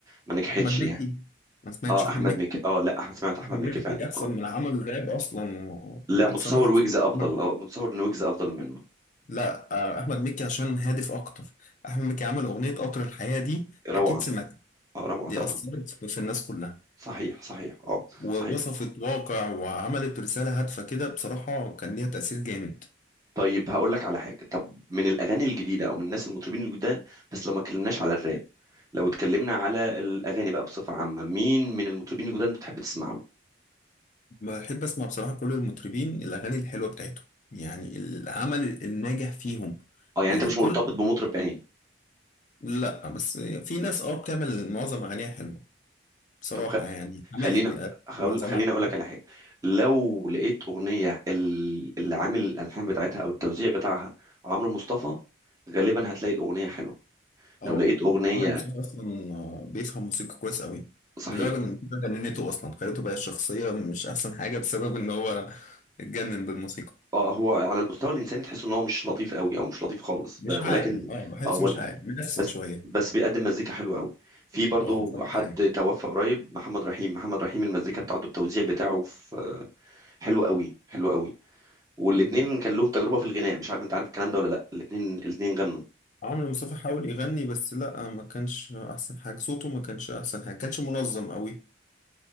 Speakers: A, on the right; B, on the left.
A: ما نجحتش
B: احمد
A: يعني.
B: مكي ما سمعتش
A: اه
B: احمد
A: احمد
B: مكي
A: مكي اه لا أح- سمعت احمد
B: احمد
A: مكي فعلا
B: مكي احسن
A: اه
B: من عمل راب اصلا و... واحسن
A: لا متصور
B: واحد
A: ويجز
B: في
A: افضل
B: عمل
A: اه متصور ان ويجز افضل منه
B: لا آه، احمد مكي عشان هادف اكتر احمد مكي عمل اغنيه قطر الحياه دي
A: روعه
B: اكيد سمعت
A: اه روعه
B: دي
A: طبعا
B: اثرت في في الناس كلها
A: صحيح صحيح اه
B: ووصفت
A: صحيح
B: واقع وعملت رساله هادفه كده بصراحه كان ليها تاثير جامد
A: طيب هقول لك على حاجه طب من الاغاني الجديده او من الناس المطربين الجداد بس لو ما اتكلمناش على الراب لو اتكلمنا على الاغاني بقى بصفه عامه مين من المطربين الجداد انت بتحب تسمع له
B: بحب اسمع بصراحه كل المطربين الاغاني الحلوه بتاعتهم يعني العمل الناجح فيهم
A: اه يعني
B: يعني
A: انت مش
B: كل
A: مرتبط بمطرب بعينه
B: لا بس في ناس اه بتعمل معظم اغانيها حلوه بصراحة
A: طب
B: يعني حماقي
A: خلينا
B: بيبقى
A: هقول
B: معظمها
A: خليني اقول
B: حلوة
A: لك على حاجه لو لقيت اغنيه ال- اللي عامل الالحان بتاعتها او التوزيع بتاعها عمرو مصطفى غالبا هتلاقي الاغنيه حلوه
B: اه
A: لو لقيت اغنيه
B: عمرو مشاهد أصلا آه، بيفهم موسيقى كويس أوي
A: صحيح
B: لدرجة إن الموسيقى جننته أصلا خليته بقى الشخصية مش أحسن حاجة بسبب إن هو اتجنن بالموسيقى
A: اه هو على المستوى الانساني تحس ان هو مش لطيف قوي او مش لطيف خالص
B: مش
A: ب-
B: عاقل
A: ولكن
B: اه بحسه
A: اه ول-
B: مش عاقل منفسن
A: بس
B: شوية
A: بس بيقدم مزيكا حلوه قوي في برضو
B: اه بصراحة
A: حد
B: يعني
A: توفى قريب محمد رحيم محمد رحيم المزيكا بتاعته التوزيع بتاعه في حلو قوي حلو قوي والاتنين
B: مم.
A: كان لهم تجربه في الغناء مش عارف انت عارف الكلام ده ولا لا الاتنين الاتنين غنوا
B: عمرو مصطفى حاول يغني بس لأ ما كانش أحسن حاجة صوته ما كانش أحسن حاجة كانش منظم أوي